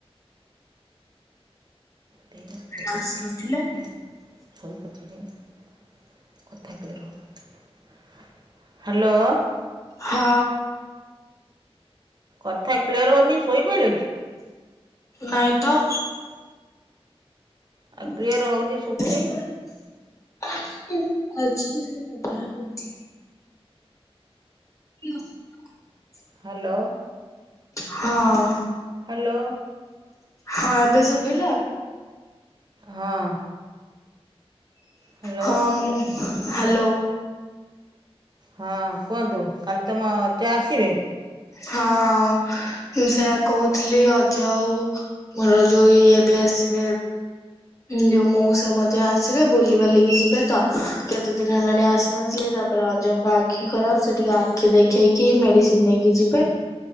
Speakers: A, on the right; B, on the left.
A: ଶୋଇପଡ଼ିଛି,
B: ଆସି ନଥିଲେ।
A: ଶୋଇପଡ଼ିଛି ହ୍ୟାଲୋ।
B: ହଁ।
A: କଥା କ୍ଲିୟର୍ ହଉନି ଶୋଇପଇଲ କି?
B: ନାଇଁ ତ। <inaudible>
A: ଆଉ କ୍ଲିଅର୍ ହଉନି
B: ଆଜି
A: ଶୁଭୁନି
B: ସେଟା ମୁଁ ବାହାର ନେଇଥିଲି। <unintelligible>
A: ହ୍ୟାଲୋ।
B: ହଁ
A: ହ୍ୟାଲୋ
B: ହଁ ଏବେ ଶୁଭିଲା?
A: ହଁ। ହ୍ୟାଲୋ
B: ହଁ ମୁଁ ହ୍ୟାଲୋ।
A: ହଁ କୁହନ୍ତୁ କାଲି ତୁମ ଅଜା ଆସିବେ?
B: ହଁ ସେଇଆ କହୁଥିଲି ଅଜା ଆଉ ମୋର ଯଉ ଇଏ ବି ଆସିବେ। ଯୋଉ ମଉସା ମଧ୍ୟ ଆସିବେ ବୁଲି ବାଲିକି ଯିବେ ତ କେତେ ଦିନ ହେଲାଣି ଆସି ନଥିଲେ, ତା ପରେ ଅଜାଙ୍କ ଆଖି ଖରାପ ସେ ଟିକେ ଆଖି ଦେଖେଇକି ମେଡିସିନ ନେଇକି ଯିବେ।